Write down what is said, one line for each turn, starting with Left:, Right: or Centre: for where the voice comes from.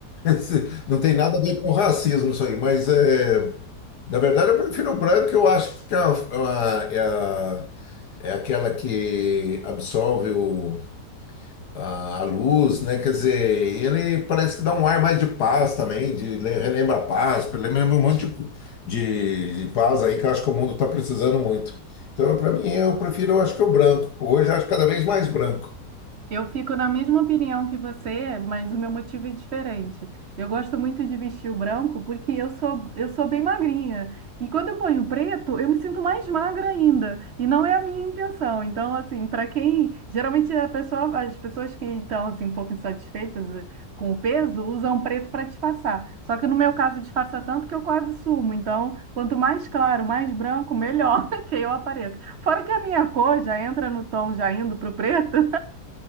Left: <laughs> não tem nada a ver com racismo isso aí, mas é, na verdade eu prefiro o branco, eu acho que a- a- é a- é aquela que absolve o, A a luz, né? Quer dizer, ele parece que dá um ar mais de paz também, de le- relembra a paz, relembra um monte de, co- de, de paz aí que eu acho que o mundo está precisando muito. Então, para mim, eu prefiro, eu acho que o branco. Hoje, eu acho cada vez mais branco.
Right: Eu fico na mesma opinião que você, mas o meu motivo é diferente. Eu gosto muito de vestir o branco porque eu sou, eu sou bem magrinha. E quando eu ponho preto, eu me sinto mais magra ainda. E não é a minha intenção. Então, assim, para quem. Geralmente a pessoa, as pessoas que estão assim, um pouco insatisfeitas eh, com o peso usam preto para disfarçar. Só que no meu caso, disfarça tanto que eu quase sumo. Então, quanto mais claro, mais branco, melhor <laughs> que eu apareço. Fora que a minha cor já entra no tom já indo para o preto.